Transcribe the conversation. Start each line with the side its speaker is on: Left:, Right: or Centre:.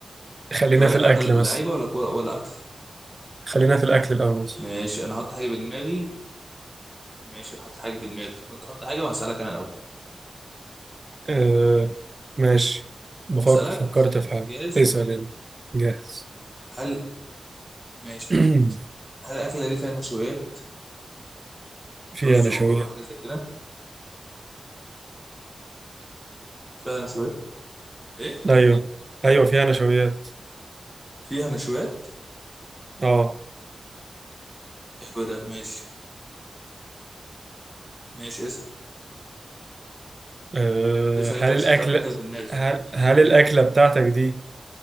Right: خلينا
Centre: ولا
Right: في الاكل
Centre: افضل
Right: بس
Centre: لعيبه ولا كوره ولا اكل
Right: خلينا في الاكل الاول بس
Centre: ماشي انا هحط حاجه في دماغي ماشي انا هحط حاجه في دماغي وانت حط حاجه وهسالك انا الاول
Right: آه ماشي بفكر
Centre: اسالك
Right: فكرت في حاجه
Centre: جاهز
Right: اسال يلا جاهز
Centre: هل ماشي
Right: <clears throat>
Centre: هل الاكله دي فيها نشويات
Right: فيها
Centre: رز
Right: نشويات
Centre: ومكرونه حاجه زي كده فيها نشويات ايه
Right: ايوه ايوه فيها نشويات
Centre: فيها نشويات
Right: اه
Centre: حلو ده ماشي ماشي اسال
Right: آه،
Centre: اسال
Right: هل
Centre: كده عشان
Right: الاكل
Centre: تعرف الاكله في دماغي
Right: هل, هل الاكله بتاعتك دي